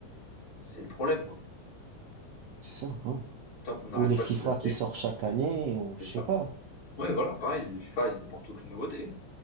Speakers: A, on the left; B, on the right.
A: c'est le problème, quoi.
B: c'est ça, ouais.
A: Tant qu'on n'arrête
B: Ou les
A: pas
B: FIFA
A: de les acheter,
B: qui sortent chaque année, ou je
A: c'est
B: sais
A: ça.
B: pas.
A: Ouais, voilà, pareil, les FIFA, ils apportent aucune nouveauté.